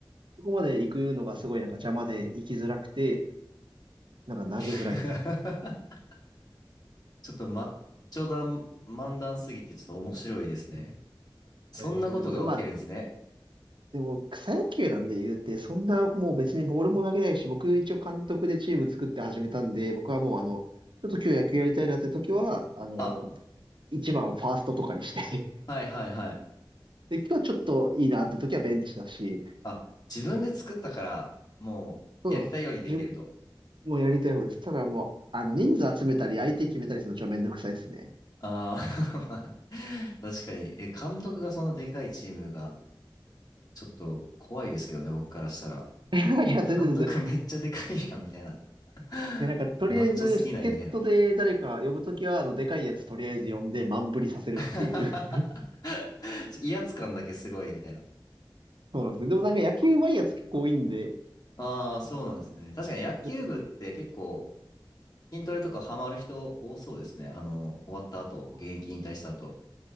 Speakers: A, on the right; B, on the left.
A: そこまで行くのがすごいなんか邪魔で行きづらくて、なんか投げづらいんですよ。
B: <laughs> ちょっとマッチョだ、漫談すぎてちょっと面白いですね。
A: うんい
B: そんなことが起きるんですね。
A: やいや、全然全然まあ、でも草野球なんで言うて、そんなもう別にボールも投げないし、僕一応監督でチーム作って始めたんで、僕はもうあの、ちょっと今日野球やりたいなって時は、あの、
B: あ
A: 一番をファーストとかにして
B: はいはいはい。
A: <laughs> で、今日ちょっといいなって時はベンチだし、
B: あ、自分で作ったから、もうやりたいようにできると。
A: そうなんです。じゅもうやりたい方です。ただもう、あの、人数集めたり、相手決めたりするのちょっとめんどくさいですね。
B: ああ <laughs> まあね、確かに。え、監督がそのでかいチームが、ちょっと怖いですけどね、僕からしたら。
A: <laughs> いや、
B: 監督めっちゃでかいやん、
A: 全然全
B: みたいな。<laughs>
A: いや、なんか、とりあえず、
B: マッチョすぎない、
A: 助っ人で誰か呼ぶときは、
B: みたいな。
A: あの、でかいやつとりあえず呼んで、満振りさせるっていう。
B: <laughs>
A: <laughs>
B: 威圧感だけすごい、みたいな。
A: そうなんですね。でもなんか、野球はいやつ結構多いんで、
B: ああ、そうなんですね。確かに野球部って結構、
A: 全然
B: 筋トレとかハマる人多そうですね。あの、終わった後、
A: そうそう
B: 現役引退した後。